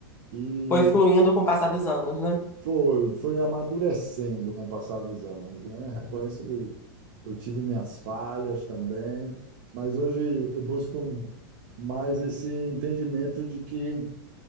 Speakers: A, on the right; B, on the left.
A: E
B: Foi fluindo com o passar dos anos, né?
A: Foi, foi amadurecendo com o passar dos anos, né? Reconheço que eu tive minhas falhas também, mas hoje eu busco mais esse entendimento de que